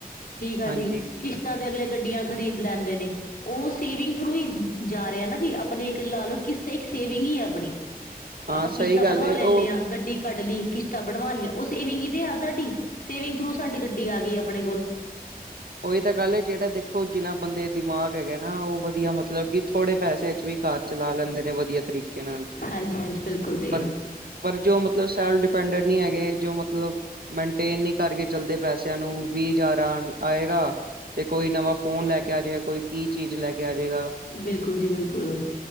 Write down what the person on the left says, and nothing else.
ਠੀਕ ਆ
ਜੀ ਕਿਸ਼ਤਾਂ ਤੇ ਅਗਲੇ ਗੱਡੀਆਂ ਖਰੀਦ ਲੈਂਦੇ ਨੇ ਉਹ ਸੇਵਿੰਗ ਥਰੂ ਹੀ ਜਾ ਰਿਹਾ ਨਾ ਜੀ ਆਪਣੇ ਇੱਕ ਲਾ ਲਓ ਕਿਸਤੇ ਇੱਕ ਸੇਵਿੰਗ ਈ ਹੈ ਆਪਣੀ।
ਆਪਾਂ
ਕਿਸ਼ਤਾਂ
ਬਣਵਾ
ਲੈਂਨੇ
ਆ ਗੱਡੀ ਕੱਢ ਲਈ ਕਿਸ਼ਤਾਂ ਬਣਵਾ ਲਈਆਂ ਉਹ ਸੇਵਿੰਗ ਹੀ ਤੇ ਆ ਸਾਡੀ ਸੇਵਿੰਗ ਥਰੂ ਸਾਡੀ ਗੱਡੀ ਆ ਗਈ ਆਪਣੇ ਕੋਲ
ਹਾਂਜੀ ਹਾਂਜੀ ਬਿਲਕੁਲ ਜੀ
ਬਿਲਕੁਲ ਜੀ ਬਿਲਕੁਲ